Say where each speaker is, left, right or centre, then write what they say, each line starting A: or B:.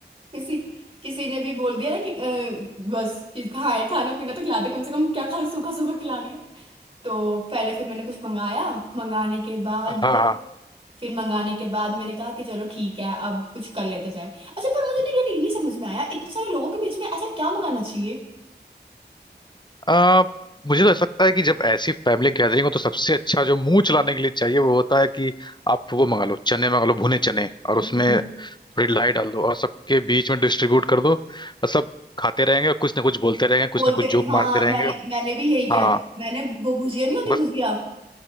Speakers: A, on the right (about 30°); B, on the left (about 25°).
A: किसी किसी ने भी बोल दिया ना कि अ, बस कि खाए खाना पीना तो खिला दे कम से कम क्या खा सूखा सूखा खिला रही है तो पहले फिर मैंने कुछ मंगाया मंगाने के बाद
B: हाँ हाँ
A: फिर मंगाने के बाद मैंने कहा कि चलो ठीक है अब कुछ कर लेते जाए अच्छा पर मुझे ना ये ये नहीं समझ में आया इतने सारे लोगों के बीच में ऐसा क्या मंगाना चाहिए
B: आ, मुझे तो ऐसा लगता है कि जब ऐसी फैमिली गैदरिंग हो तो सबसे अच्छा जो मुंह चलाने के लिए चाहिए वो होता है कि आप वो मंगा लो चने मंगा लो भुने चने और उसमें
A: हम्म।
B: थोड़ी लाई डाल दो और सबके बीच में डिस्ट्रीब्यूट कर दो और सब खाते रहेंगे और कुछ ना कुछ बोलते रहेंगे कुछ
A: बोलते
B: ना कुछ
A: नहीं
B: जोक
A: हाँ
B: मारते रहेंगे
A: मैंने मैंने भी यही किया
B: हाँ
A: था मैंने वो भुजिया नहीं होती
B: बस
A: भुजिया